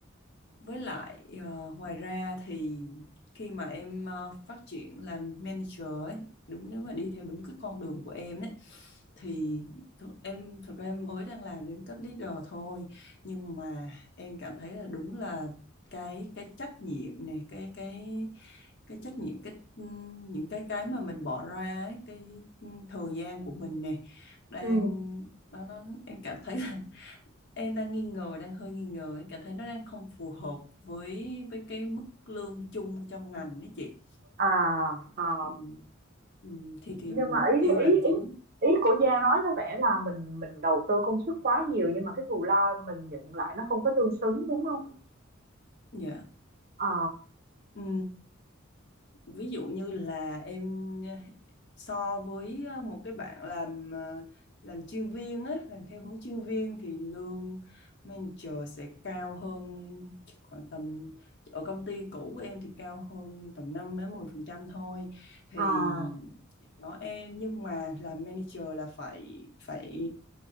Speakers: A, on the left; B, on the right.
A: với lại ờ, ngoài ra thì khi mà em ờ, phát triển làm manager ấy, đúng nếu mà đi theo đúng cái con đường của em ấy thì th em thực ra em mới đang làm đến cấp leader thôi nhưng mà em cảm thấy là đúng là cái cái trách nhiệm này cái cái cái trách nhiệm cái ừm, những cái cái mà mình bỏ ra ấy, cái ừm, thời gian của mình nè đang
B: ừ
A: nó nó em cảm thấy là em đang nghi ngờ đang hơi nghi ngờ em cảm thấy nó đang không phù hợp với với cái mức lương chung trong ngành đấy chị
B: à ờ
A: thì ừ, thì thì
B: nhưng
A: mục
B: mà ý
A: tiêu làm
B: ý
A: chính
B: ý ý của Giang nói có vẻ là mình mình đầu tư công sức quá nhiều nhưng mà cái thù lao mình nhận lại nó không có tương xứng đúng không?
A: dạ
B: Ờ
A: Ừ, ví dụ như là em ờ, so với ờ, một cái bạn làm ờ, làm chuyên viên á làm theo hướng chuyên viên thì lương manager sẽ cao hơn khoảng tầm ở công ty cũ của em thì cao hơn tầm 5 đến 10 phần trăm thôi thì
B: à,
A: đó em nhưng mà làm manager là phải phải